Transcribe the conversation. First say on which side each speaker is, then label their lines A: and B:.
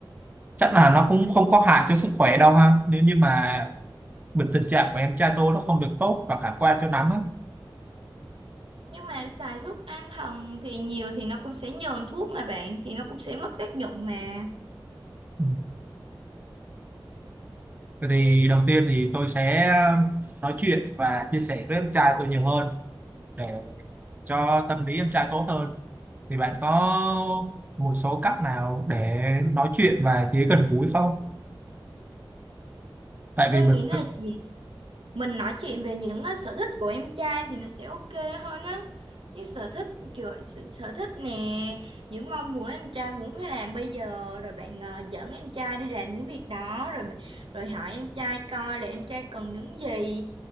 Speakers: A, on the right; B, on the right.
A: chắc là nó cũng không có hại cho sức khỏe đâu ha nếu như mà bệnh tình trạng của em trai tôi nó không được tốt và khả quan cho lắm á
B: Nhưng mà xài thuốc an thần thì nhiều thì nó cũng sẽ nhờn thuốc mà bạn thì nó cũng sẽ mất tác dụng mà.
A: Ừ. Vậy thì đầu tiên thì tôi sẽ nói chuyện và chia sẻ với em trai tôi nhiều hơn để cho tâm lý em trai tốt hơn Thì bạn có một số cách nào để nói chuyện và chỉ gần gũi không? Tại
B: Tôi
A: vì mình
B: nghĩ là
A: thực-
B: chỉ mình nói chuyện về những ờ, sở thích của em trai thì nó sẽ ok hơn á những sở thích kiểu sở, sở thích nè những mong muốn em trai muốn hay làm bây giờ rồi bạn ờ, dẫn em trai đi làm những việc đó rồi rồi hỏi em trai coi là em trai cần những gì